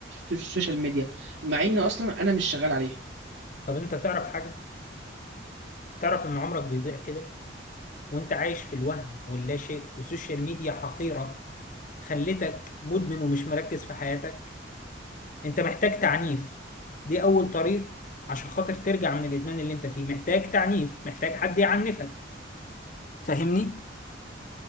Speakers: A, on the right; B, on the left.
A: السوشيال ميديا مع ان اصلا انا مش شغال عليها
B: طب انت تعرف حاجه تعرف ان عمرك بيضيع كده وانت عايش في الوهم واللا شيء والسوشيال ميديا حقيره خلتك مدمن ومش مركز في حياتك انت محتاج تعنيف دي اول طريق عشان خاطر ترجع من الادمان اللي انت فيه محتاج تعنيف محتاج حد يعنفك فاهمني